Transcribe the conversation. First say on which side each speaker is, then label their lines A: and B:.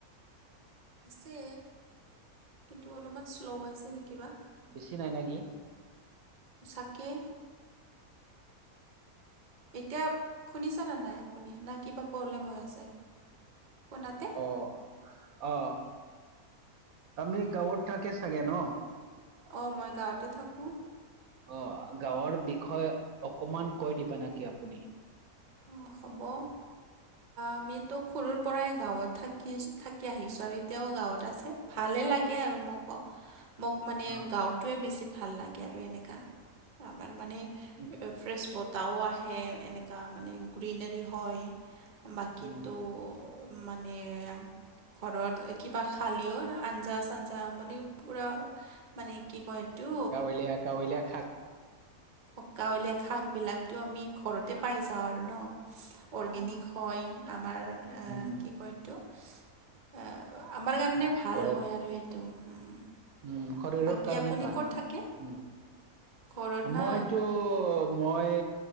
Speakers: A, on the right (about 40°); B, on the right (about 75°).
A: কি কিন্তু অলপমান শ্ল' হৈছে নি কিবা।
B: বেছি নাই না কি?
A: চাকে এতিয়া শুনিছানে নাই আপুনি নাই কিবা প্ৰব্লেম হৈ আছে? ফোনতে
B: অ' অ আপনি গাঁৱত থাকে চাগে ন?
A: অঁ মই গাঁৱতে থাকোঁ।
B: অ গাঁৱৰ বিষয়ে অকমান কৈ দিবা নাকি আপুনি?
A: অ হ'ব আ আমিতো সৰুৰ পৰাই গাঁৱত থাকি ছো থাকি আহিছো এতিয়াও গাঁৱত আছে ভাল ভালেই লাগে আৰু মো-ক মোক মানে
B: অ
A: গাওঁটোৱে বেছি ভাল লাগে আৰু এনেকা আমাৰ মানে ফ্ৰেছ
B: উম
A: বতাও আহে এনেকুৱা মানে গ্ৰীনেৰী হয়, বাকীটো
B: উম
A: মানে ঘৰত কিবা খালিও আঞ্জা -চাঞ্জা মানে পুৰা মানে কি কয় এইটো
B: গাৱলীয়া গাৱলীয়া খাক
A: ককাৱলীয়া শাক বিলাকো আমি ঘৰতে পাই যাওঁ আৰু আৰু ন অৰ্গেনিক
B: অ
A: হয় আমাৰ
B: উম
A: কি কয় এইটো এ আমাৰ কাৰণে
B: উম
A: ভাল
B: ঘৰত
A: হয় আৰু এইটো। উম।
B: উম শৰীৰৰ
A: বাকী
B: কাৰণে
A: আপুনি
B: ভাল
A: ক'ত
B: মানে
A: থাকে ঘৰত
B: উম
A: না
B: মইটো মই মই